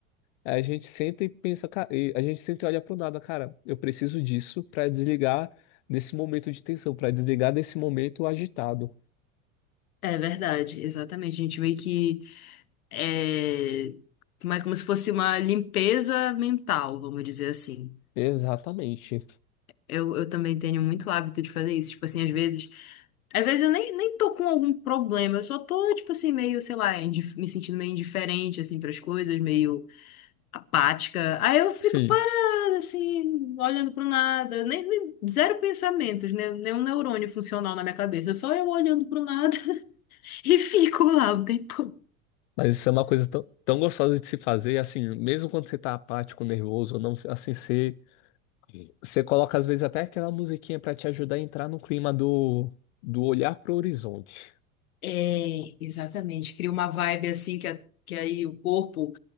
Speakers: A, on the left; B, on the left.
A: a gente senta e pensa, ca- e a gente senta e olha pro nada, cara, eu preciso disso para desligar desse momento de tensão, para desligar desse momento agitado.
B: É verdade, exatamente. A gente meio que é como é como se fosse uma limpeza mental, vamos dizer assim.
A: Exatamente.
B: Eu, eu também tenho muito hábito de fazer isso. Tipo assim, às vezes. Às vezes eu nem, nem tô com algum problema, eu só tô, tipo assim, meio, sei lá, indif- me sentindo meio indiferente, assim, pras coisas, meio apática. Aí eu fico
A: Sim,
B: parada, assim, olhando pro nada, nem, nem- zero pensamentos, né? Nenhum neurônio funcional na minha cabeça, só eu olhando pro nada <laughs> e fico lá um tempo.
A: mas isso é uma coisa tão, tão gostosa de se fazer, assim, mesmo quando você tá apático, nervoso, ou não, assim, você Você coloca às vezes até aquela musiquinha pra te ajudar a entrar no clima do, do olhar pro horizonte.
B: É, exatamente. Cria uma vibe assim que, a- que aí o corpo